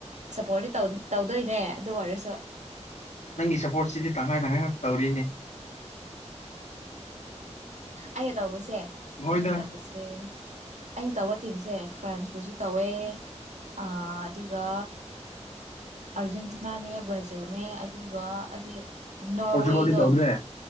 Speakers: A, on the right (about 80°); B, on the left (about 80°).
A: ꯁꯞꯄꯣꯔꯤ ꯇꯧꯗꯣꯏꯅꯦ ꯑꯗꯨ ꯑꯣꯏꯔꯁꯨ
B: ꯅꯪꯒꯤ ꯁꯞꯄꯣꯔꯠꯁꯤꯗꯤ ꯇꯪꯈꯥꯏ ꯇꯪꯈꯥꯏꯈꯛ ꯇꯧꯔꯤꯅꯦ
A: ꯑꯩꯅ ꯇꯧꯕꯁꯦ
B: ꯍꯣꯏꯗ
A: ꯑꯩꯅ ꯇꯧꯕꯁꯦ ꯑꯩꯅ ꯇꯧꯕ ꯇꯤꯝꯁꯦ ꯐ꯭ꯔꯥꯟꯁꯄꯨꯁꯨ ꯇꯧꯋꯦ ꯑꯥ ꯑꯗꯨꯒ ꯑꯔꯖꯦꯟꯇꯤꯅꯥꯅꯦ ꯕ꯭ꯔꯥꯖꯤꯜꯅꯦ ꯑꯗꯨꯒ ꯑꯁꯤ ꯅꯣꯔꯋꯦꯗꯣ
B: ꯄꯣꯔꯆꯨꯒꯜꯗꯤ ꯇꯧꯗ꯭ꯔꯦ